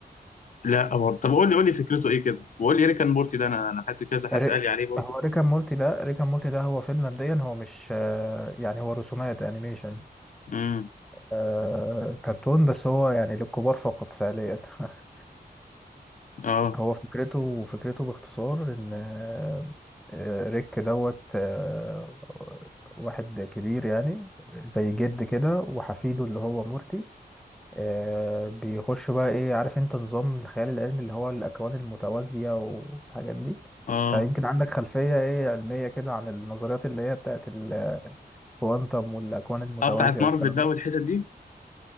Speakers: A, on the left; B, in the centre.
A: لا برضه طب قول لي قول لي فكرته ايه كده وقول لي ريكان مورتي ده انا انا حد كذا حد
B: ري-
A: قال لي عليه برضه
B: هو ريكا مورتي ده ريكا مورتي ده هو فيلم مبدئيا هو مش آه، يعني هو رسومات انيميشن
A: امم
B: آه، كرتون بس هو يعني للكبار فقط فعليا <laughs>
A: اه
B: هو فكرته فكرته باختصار ان آه، آه، ريك دوت آه، واحد كبير يعني زي جد كده وحفيده اللي هو مورتي آه بيخش بقى ايه عارف انت نظام الخيال العلمي اللي هو الاكوان المتوازية والحاجات دي
A: اه
B: انت يمكن عندك خلفية ايه علمية كده عن النظريات اللي هي بتاعت الكوانتم والاكوان المتوازية
A: اه بتاعت مارفل
B: والكلام
A: بقى
B: ده
A: والحتت دي